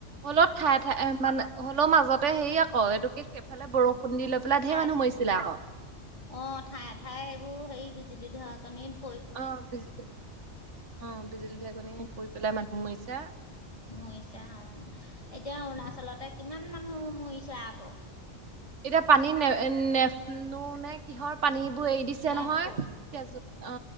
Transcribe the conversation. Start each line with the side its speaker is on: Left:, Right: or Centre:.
Right: হলেও ঠাই ঠাই মানে হ'লও মাজত ততে হেৰি আকৌ এইটোকে সেইফালে বৰষুণ দি লৈ পেলাই
Left: ঠাইত
Right: ধেৰ মানুহ মৰিছিলে আক।
Left: অ ঠায়ে ঠায়ে এইবোৰ হেৰি বিজুলী ধৰ কনিত
Right: অ বিজুলী আহ বিজুলী ধেৰকণি পৰি পেলাই মানুহ মৰিছে।
Left: মাৰিছে অ এতিয়া অৰুণাচলতে কিমান মানুহ মাৰিছে আকৌ
Right: এতিয়া পানী নে নেনো নে কিহৰ পানী বোৰ এৰি দিছে
Left: নে
Right: নহয়
Left: আকৌ
Right: অ